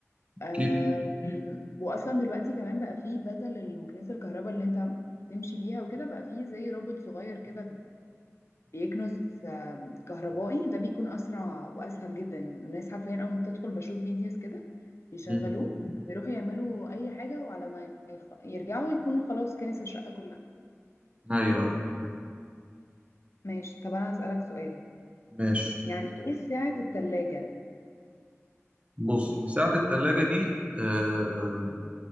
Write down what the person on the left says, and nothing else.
أم،
واصلا دلوقتي كمان بقى فيه بدل المكنسه الكهرباء اللي انت تمشي بيها وكده بقى فيه زي روبوت صغير كده بيكنز آه، كهربائي ده بيكون اسرع واسهل جدا الناس حرفيا اول ما بتدخل بشوف فيديوز كده بيشغلوه
ويروحوا يعملوا اي حاجه وعلى ما يخ... يرجعوا يكون خلاص كنس الشقه كلها
ماشي طب انا هسألك سؤال
يعني ايه سعة التلاجة